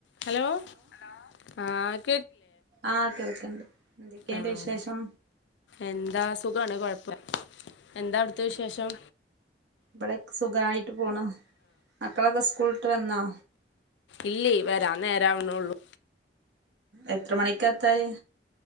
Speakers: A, on the left; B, on the right.
A: Hello hello ആര്
B: ആ കേൽക്ക്ണ്ട് എൻതൊക്കെയിണ്ട്
A: ആഹ്
B: വിശേഷം.
A: എന്താ സുഖാണ് കൊഴപ്പ എന്താ അവിട്ത്തെ വിശേഷം.
B: ബടെക് സുഖായിട്ട് പോണ് മക്കളൊക്കെ സ്കൂള്ട്ട് വന്നോ?
A: ഇല്ലേ വെരാൻ നേരാവുണുള്ളൂ
B: എത്ര മണിക്കാത്തല്